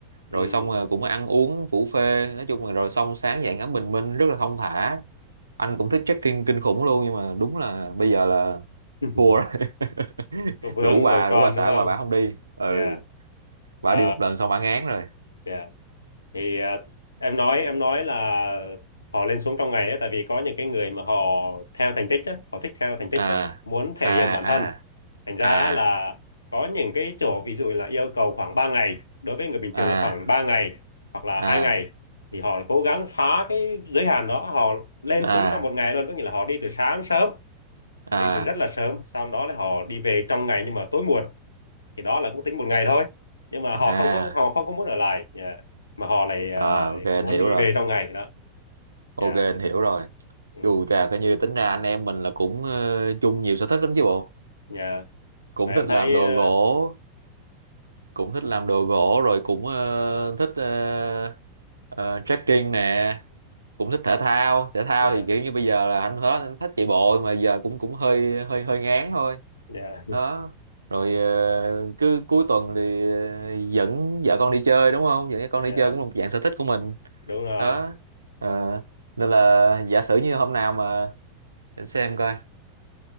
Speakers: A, on the left (about 75°); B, on the right (about 75°).
A: ừ.
B: rồi xong rồi cũng ăn uống phủ phê nói chung là rồi xong sáng dậy ngắm bình minh rất là thong thả anh cũng thích trekking kinh khủng luôn nhưng mà đúng là bây giờ là
A: <laughs>
B: thua rồi. <laughs>
A: có vướng
B: rủ bà
A: vợ con
B: rủ bà xã
A: đúng không
B: qua bà không đi ừ
A: dạ
B: bà
A: Ờ,
B: đi một lần xong bà ngán rồi
A: dạ. Thì à, em nói em nói là họ lên xuống trong ngày ấy, tại vì có những cái người mà họ theo thành tích á, họ thích theo thành tích
B: à
A: á, muốn thể
B: à
A: hiện bản thân.
B: à
A: Thành ra
B: à
A: á là có những cái chỗ ví dụ là yêu cầu khoảng 3 ngày, đối với người bình
B: à
A: thường là khoảng 3 ngày hoặc là
B: à
A: hai ngày thì họ cố gắng phá cái giới hạn đó, họ lên
B: à
A: xuống trong một ngày luôn, có nghĩa là họ đi từ sáng sớm, họ
B: à
A: đi từ rất
B: à
A: là sớm, sau đó là họ đi về trong ngày nhưng mà tối muộn thì đó là cũng tính một ngày thôi nhưng mà
B: à
A: họ không có họ không có muốn ở lại nhà mà họ lại à,
B: à ok anh
A: muốn
B: hiểu
A: đi
B: rồi
A: về trong ngày đó
B: ok
A: nhà
B: anh hiểu rồi
A: ừ.
B: dù chà coi như tính ra anh em mình là cũng ờ, chung nhiều sở thích lắm chứ bộ
A: nhà
B: cũng
A: mà em
B: thích
A: thấy
B: làm đồ
A: ờ,
B: gỗ cũng thích làm đồ gỗ rồi cũng ờ, thích ờ, ờ, trekking nè cũng thích thể thao thể thao
A: nhà
B: thì kiểu như bây giờ là anh hết anh thích chạy bộ mà giờ cũng cũng hơi hơi hơi ngán thôi
A: nhà
B: đó rồi ờ, cứ cuối tuần thì ờ, dẫn vợ con đi chơi đúng không dẫn con
A: nhà
B: đi chơi cũng là một dạng sở thích của mình
A: đúng rồi
B: đó Ờ, nên là giả sử như hôm nào mà để xem coi